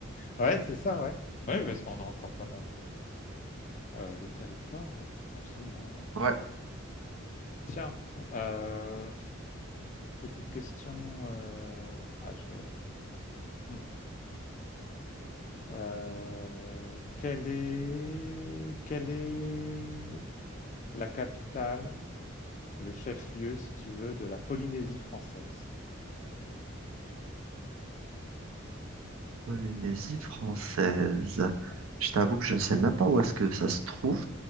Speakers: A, on the left; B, on the right.
A: Ouais, c'est ça, ouais. Oui, parce qu'on a encore pas mal de, euh, de territoires, ouais. Absolument, ouais.
B: Ouais,
A: Tiens, euh, Petite question. euh, ah, je... hmm. Euh, quelle est... quelle est la capitale, le chef-lieu, si tu veux, de la Polynésie française,
B: Polynésie française.
A: Ouais.
B: Je t'avoue que je ne sais même pas où est-ce que ça se trouve.